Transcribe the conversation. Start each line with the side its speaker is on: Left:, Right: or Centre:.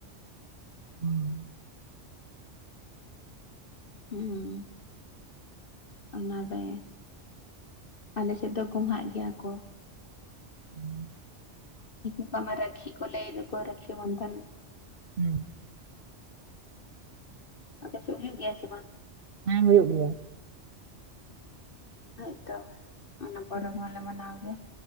Right: ᱦᱩᱸ᱾
Left: ᱦᱩᱸ᱾ ᱚᱱᱟᱨᱮ ᱟᱞᱮᱥᱮᱫ ᱫᱚ ᱜᱚᱢᱦᱟᱜ ᱜᱮᱭᱟ ᱠᱚ᱾
Right: ᱦᱩᱸ᱾
Left: ᱫᱤᱠᱩ ᱠᱚᱢᱟ ᱨᱟᱹᱠᱷᱤ ᱠᱚ ᱞᱟᱹᱭ ᱫᱚᱠᱚ ᱨᱟᱹᱠᱷᱤ ᱵᱚᱱᱫᱷᱚᱱ᱾
Right: ᱦᱩᱸ᱾
Left: ᱟᱯᱮ ᱥᱮᱜ ᱦᱩᱭᱩᱜ ᱜᱮᱭᱟ ᱥᱮ ᱵᱟᱝ?
Right: ᱦᱮᱸ ᱦᱩᱭᱩᱜ ᱜᱮᱭᱟ᱾
Left: ᱦᱳᱭᱛᱚ ᱚᱱᱟ ᱯᱚᱨᱚᱵᱽ ᱦᱚᱸᱞᱮ ᱢᱟᱱᱟᱣ ᱜᱮᱭᱟ,